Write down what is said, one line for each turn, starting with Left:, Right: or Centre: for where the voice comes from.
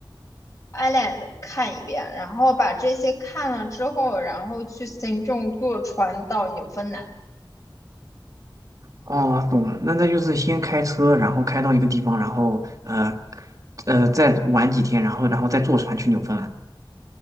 Left: Island 看一遍，然后把这些看了之后，然后去行政坐船到纽芬兰。
Right: 哦，懂了，那那就是先开车，然后开到一个地方，然后呃呃再玩几天，然后然后再坐船去纽芬兰。